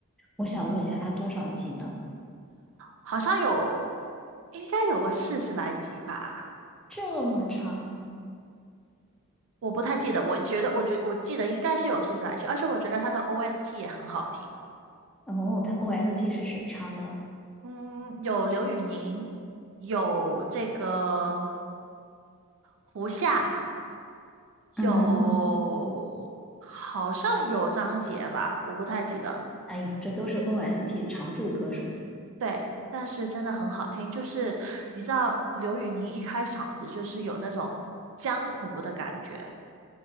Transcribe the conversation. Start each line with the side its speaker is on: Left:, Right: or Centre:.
Centre: 我想问一下，他多少集呢？
Right: 好像有，应该有个四十来集吧，
Centre: 这么长？
Right: 我不太记得。我觉得，我觉我记得应该是有四十来集，而且我觉得它的 OST 也很好听。
Centre: 哦，他 OST 是谁唱的？
Right: 嗯，有刘宇宁，有这个胡夏，
Centre: 嗯，
Right: 有好像有张杰吧，我不太记得。
Centre: 哎呦，这都是 OST 常驻歌手
Right: 对，但是真的很好听，就是你知道刘宇宁一开嗓子就是有那种江湖的感觉。